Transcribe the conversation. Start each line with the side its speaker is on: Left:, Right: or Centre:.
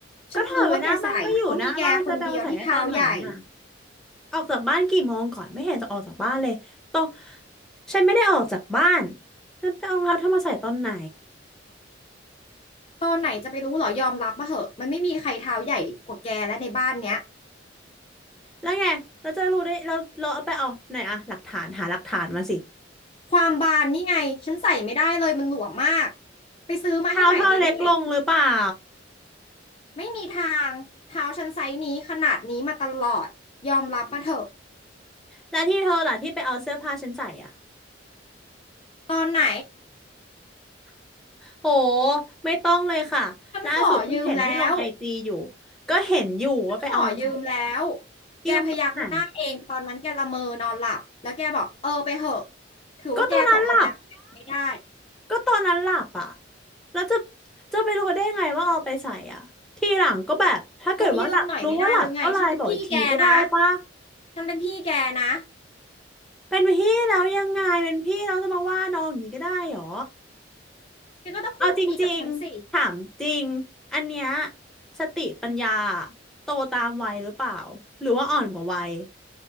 Left: ฉันรู้ว่าแกใส่
Centre: ก็ถอดไว้หน้าบ้านก็อยู่หน้าบ้านจะไปเอามาใส่ได้ตอนไหนอ่ะ
Left: เพราะมีแกคนเดียวที่เท้าใหญ่
Centre: ออกจากบ้านกี่โมงก่อนไม่เห็นจะออกจากบ้านเลยตองฉันไม่ได้ออกจากบ้านฉันไปเอารองเท้าเธอมาใส่ตอนไหน
Left: ตอนไหนจะไปรู้เหรอยอมรับมาเหอะมันไม่มีใครเท้าใหญ่กว่าแกและในบ้านเนี้ย
Centre: แล้วไงเราจะรู้ได้เราเราเอาไปเอาไหนอะหลักฐานหาหลักฐานมาสิ
Left: ความบานนี่ไงฉันใส่ไม่ได้เลยมันหลวมมากไปซื้อมาให้ใหม่เลยด้วย
Centre: เท้าเธอเล็กลงหรือเปล่า
Left: ไม่มีทางเท้าฉันไซส์นี้ขนาดนี้มาตลอดยอมรับมาเถอะ
Centre: แล้วที่เธอล่ะที่ไปเอาเสื้อผ้าฉันใส่อะ
Left: ตอนไหน
Centre: โหไม่ต้องเลยค่ะล่าสุดเพิ่งเห็นที่ลงไอจีอยู่
Left: ฉันขอยืมแล้ว
Centre: ก็เห็นอยู่ว่าไปเอามาจาก
Left: ฉันขอยืมแล้วแกพยักหน้าเองตอนนั้นแกละเมอนอนหลับแล้วแกบอกเออไปเถอะ
Centre: ยืมตอนไหน
Left: ถือว่าแกตกลงแล้วไม่ได้
Centre: ก็ตอนนั้นหลับก็ตอนนั้นหลับอ่ะแล้วจะจะไปรู้ได้ไงว่าเอาไปใส่อ่ะทีหลังก็แบบถ้าเกิดว่าหลับรู้ว่าหลับก็ไลน์บอกอีกทีก็ได้ปะ
Left: เรายืมหน่อยไม่ได้หรือไงฉันเป็นพี่แกนะฉันเป็นพี่แกนะ
Centre: เป็นพี่แล้วยังไงเป็นพี่เราจะมาว่าน้องอย่างนี้ก็ได้เหรอ
Left: แกก็ต้องพูดดีๆกับฉันสิ
Centre: เอาจริงๆถามจริงอันเนี้ยสติปัญญาโตตามวัยหรือเปล่าหรือว่าอ่อนกว่าวัย